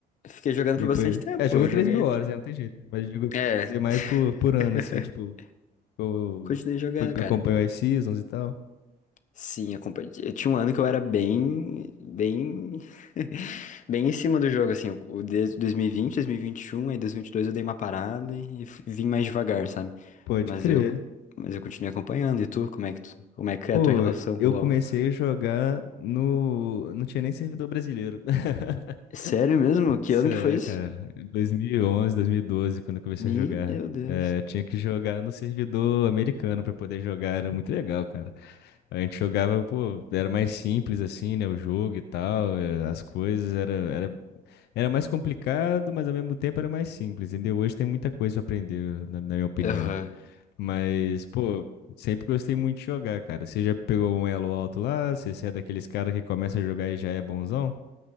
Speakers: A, on the left; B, on the left.
A: Fiquei jogando
B: Depois.
A: por bastante tempo,
B: É, jogou
A: eu
B: três
A: joguei
B: mil
A: até.
B: horas, né? Não tem jeito. né? Mas digo, eu
A: É,
B: quis dizer mais
A: <laughs>
B: por, por ano, assim, tipo, eu
A: continuei jogando,
B: foi,
A: cara.
B: acompanhou as seasons e tal.
A: Sim, eu, compa- eu tinha um ano que eu era bem, bem, <laughs> bem em cima do jogo, assim, o de 2020, 2021, aí 2022 eu dei uma parada e, e f- vim mais devagar, sabe?
B: Pode
A: Mas
B: crer.
A: eu, mas eu continuei acompanhando, e tu, como é que tu, como é que
B: Pô,
A: é a tua relação
B: eu
A: com o LoL?
B: comecei a jogar no. Não tinha nem servidor brasileiro. <laughs>
A: Sério mesmo? Que
B: Sério,
A: ano que foi isso?
B: cara. 2011, 2012, quando eu comecei
A: Meu
B: a jogar.
A: Deus.
B: É, eu tinha que jogar no servidor americano pra poder jogar. Era muito legal, cara. A gente jogava, pô, era mais simples assim, né? O jogo e tal, é, as coisas. Era, era, era mais complicado, mas ao mesmo tempo era mais simples, entendeu? Hoje tem muita coisa pra aprender, na, na minha opinião.
A: Aham.
B: Mas, pô, sempre gostei muito de jogar, cara. Você já pegou um elo alto lá? Você você é daqueles caras que começa a jogar e já é bonzão?